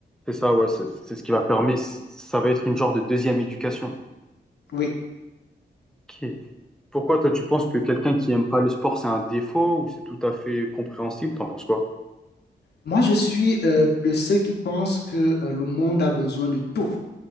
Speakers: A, in the centre; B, on the left (about 60°).
A: C'est ça, ouais, c'est c'est ce qui va permettre, ça va être une genre de deuxième éducation.
B: Oui.
A: Ok. Pourquoi toi tu penses que quelqu'un qui aime pas le sport c'est un défaut ou c'est tout à fait compréhensible? T'en penses quoi?
B: Moi, je suis euh, de ceux qui pensent que euh, le monde a besoin de tout.